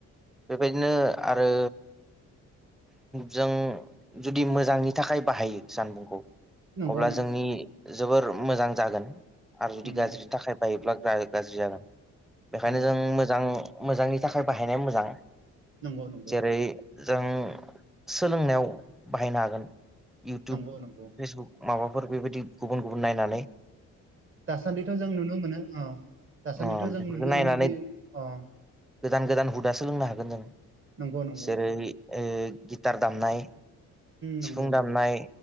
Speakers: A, in the centre; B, on the right (about 40°).
A: बेबायदिनो आरो जों जुदि मोजांनि थाखाय बाहायो जानबुंखौ
B: नंगौ
A: अब्ला
B: नंगौ
A: जोंनि जोबोर मोजां जागोन आरो जुदि
B: नंगौ
A: गाज्रि थाखाय बायोब्ला गाज्रि जागोन बेखायनो
B: नंगौ
A: जों मोजां मोजांनि थाखाय बाहायनाया मोजां
B: नंगौ नंगौ
A: जेरै जों सोलोंनायाव बाहायनो हागोन इउटुब
B: नंगौ नंगौ
A: फेसबुक माबाफोर बेबायदि गुबुन गुबुन नायनानै
B: दासान्दिथ' जों नुनो मोनो अ दासान्दिथ'
A: ओ
B: जों
A: बेफोरखौ
B: नुनो
A: नायनानै
B: मोनोदि अ
A: गोदान गोदान हुदा सोलोंनो हागोन जों
B: नंगौ नंगौ
A: जेरै
B: नोंथां
A: गिटार दामनाय
B: नंगौ
A: सिफुं
B: नंगौ
A: दामनाय